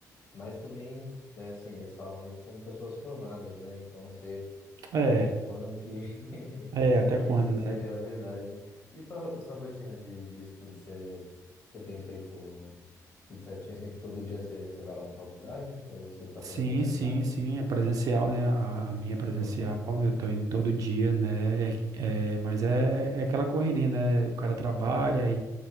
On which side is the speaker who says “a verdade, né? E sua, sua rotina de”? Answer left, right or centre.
Left